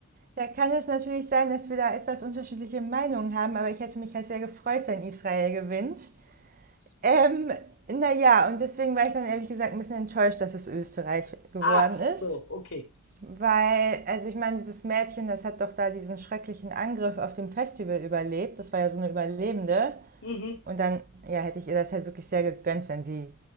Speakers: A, on the right; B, on the left.
A: da kann es natürlich sein, dass wir da etwas unterschiedliche Meinungen haben, aber ich hätte mich halt sehr gefreut, wenn Israel gewinnt. Ähm, naja, und deswegen war ich dann ehrlich gesagt ein bisschen enttäuscht, dass es Österreich geworden
B: Ach so,
A: ist.
B: okay.
A: Weil, also ich meine, dieses Mädchen, das hat doch da diesen schrecklichen Angriff auf dem Festival überlebt. Das war ja so eine Überlebende.
B: Mhm,
A: Und dann, ja, hätte ich ihr das halt wirklich sehr gegönnt, wenn sie